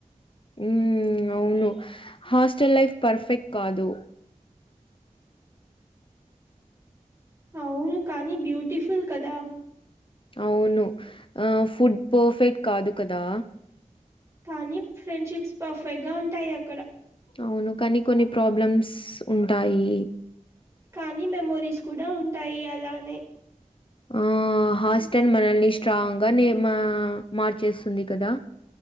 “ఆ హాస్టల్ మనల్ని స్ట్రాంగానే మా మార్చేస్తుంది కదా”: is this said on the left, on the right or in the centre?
Left